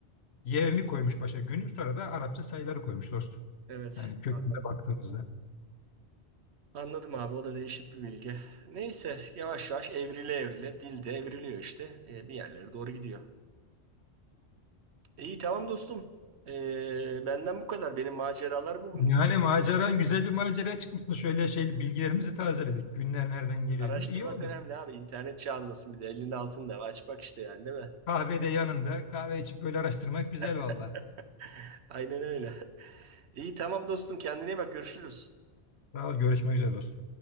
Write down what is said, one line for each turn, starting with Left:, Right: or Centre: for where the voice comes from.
Left: yevmi koymuş başa günü, sonra da Arapça sayıları koymuş dostum.
Right: Evet.
Left: Yani köküne
Right: Anladım.
Left: baktığımızda.
Right: Anladım abi o da değişik bir bilgi. Neyse yavaş yavaş evrile evrile dil de evriliyor işte. Ee, bir yerlere doğru gidiyor. İyi tamam dostum. Ee, benden bu kadar. Benim maceralar bugün
Left: Yani
Right: bu kadar.
Left: maceran güzel bir maceraya çıkmışsın. Şöyle şey bilgilerimizi tazeledik. Günler nereden geliyor
Right: Araştırmak
Left: diye. İyi oldu.
Right: önemli abi. İnternet çağındasın bir de elinin altında. Aç bak işte yani değil mi?
Left: Kahvede yanında kahve içip böyle araştırmak güzel
Right: <laughs>
Left: valla.
Right: Aynen öyle. İyi tamam dostum kendine iyi bak görüşürüz.
Left: Sağ ol, görüşmek üzere dostum.